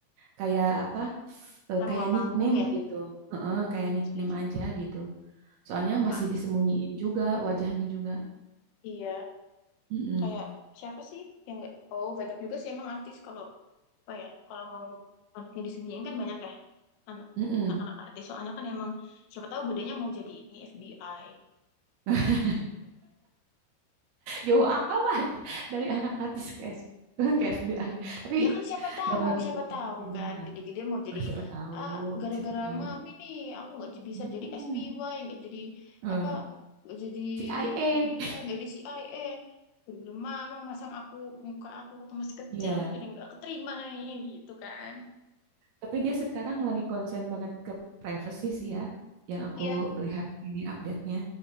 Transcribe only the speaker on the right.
kayak apa? eh,
kayak
nickname
gitu. Heeh, kayak nickname
aja gitu. Soalnya
masih disembunyiin juga wajahnya juga.
Mm-mm,
mm-mm.
<laughs> Jauh amat dari anak artis ke S- <laughs> ke FBI. Tapi
nggak menutup
kemungkinan.
Oh, siapa tahu,
siapa tahu.
Mm-mm.
Eh,
CIA.
Iya.
Tapi dia sekarang lagi konsen banget ke privacy sih ya, yang aku
lihat ini update-nya.